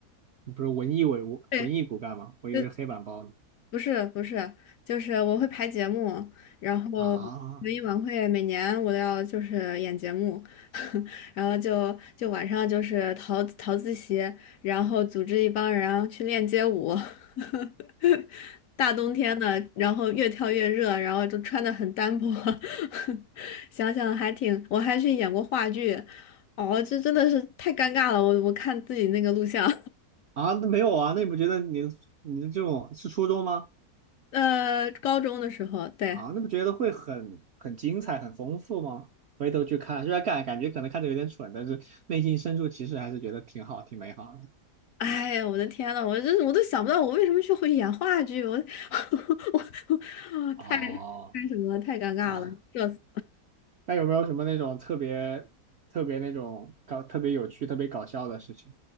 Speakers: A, on the right; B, on the left.
A: 你不是文艺文文艺骨干吗？
B: 对，
A: 我以为是黑板报呢。
B: 对，不是不是，就是我会排节目，然后文艺晚会每年我都要就是演节目，
A: 啊
B: <laughs> 然后就就晚上就是逃逃自习，然后组织一帮人去练街舞，<laughs> 大冬天的，然后越跳越热，然后就穿的很单薄，<laughs> 想想还挺，我还去演过话剧，哦，这真的是太尴尬了，我我看自己那个录像，
A: 啊，那没有啊，那你不觉得你你这种是初中吗？
B: <laughs> 呃，高中的时候，对。
A: 啊，那不觉得会很很精彩、很丰富吗？回头去看，虽然感感觉可能看着有点蠢，但是内心深处其实还是觉得挺好、挺美好的。
B: 哎，我的天呐，我真是我都想不到我为什么去会演话剧，我 <laughs> 我我太太什么了，
A: 哦，
B: 太尴尬了，
A: 啊，
B: 社死。
A: 那有没有什么那种特别特别那种搞特别有趣、特别搞笑的事情？